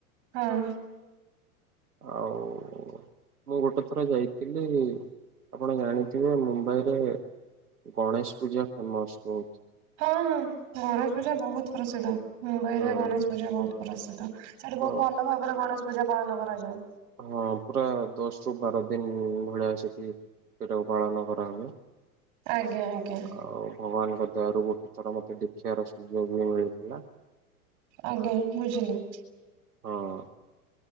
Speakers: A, on the right; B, on the right.
A: ହଁ।
B: ଆଉ ମୁଁ ଗୋଟେ ଥର ଯାଇଥିଲି ଆପଣ ଜାଣିଥିବେ ମୁମ୍ବାଇରେ ଗଣେଶ ପୂଜା ଫେମସ ବହୁତ।
A: ହଁ ହଁ ଗଣେଶ ପୂଜା ବହୁତ ପ୍ରସିଦ୍ଧ ମୁମ୍ବାଇ
B: ହଁ
A: ରେ ଗଣେଶ ପୂଜା ବହୁତ ପ୍ରସିଦ୍ଧ ସେଠି
B: ତ
A: ବହୁତ ଭଲ ଭାବରେ ଗଣେଶ ପୂଜା ପାଳନ କରାଯାଏ।
B: ହଁ ପୁରା ଦଶରୁ ବାର ଦିନ ଭଳିଆ ସେଠି ସେଟାକୁ ପାଳନ କରାହୁଏ।
A: ଆଜ୍ଞା ଆଜ୍ଞା।
B: ଆଉ ଭଗବାନଙ୍କ ଦୟା ରୁ ଗୋଟେ ଥର ମତେ ଦେଖିବାର ସୁଯୋଗ ବି ମିଳିଥିଲା।
A: ଆଜ୍ଞା ବୁଝିଲି।
B: ହଁ।